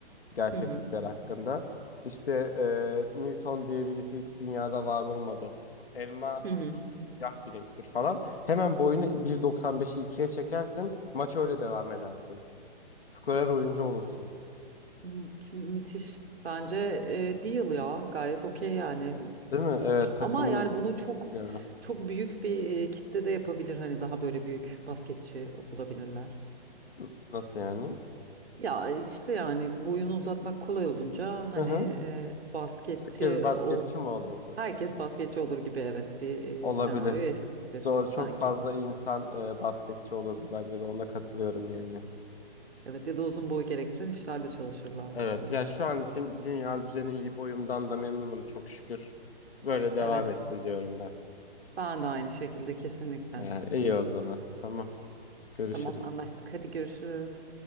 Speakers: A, on the left; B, on the right.
A: gerçeklikler
B: hı hı.
A: hakkında. İşte e, Newton diye birisi hiç dünyada var olmadı. Elma
B: hı.
A: işte siyah bir renktir falan. Hemen boyunu 1.95'i ikiye çekersin. Maç öyle devam edersin. Skorer oyuncu olursun.
B: Hı, Mü- Müthiş. Bence e, deal ya gayet okey yani
A: Değil mi? Evet takımın
B: Ama yani
A: ihtiyacı
B: bunu çok
A: göre.
B: çok büyük bir e, kitle de yapabilir. Hani daha böyle büyük basketçi olabilirler.
A: N- Nasıl yani?
B: Ya işte yani boyunu uzatmak kolay olunca hani
A: Hı hı.
B: e, basketçi
A: Herkes basketçi
B: ol
A: mi olurdu?
B: herkes basketçi olur gibi evet bir
A: Olabilir.
B: e, senaryo yaşanabilir
A: Doğru çok
B: sanki.
A: fazla insan e, basketçi olurdu bence de ona katılıyorum yani.
B: Evet ya da uzun boy gerektiren işlerde çalışırlardı
A: Evet
B: falan.
A: ya şu an için dünya düzeni iyi boyumdan da memnunum çok şükür. Böyle devam
B: Evet
A: etsin diyorum ben.
B: ben de aynı şekilde kesinlikle.
A: Ee, iyi o zaman. Tamam. Görüşürüz.
B: Tamam anlaştık hadi görüşürüz.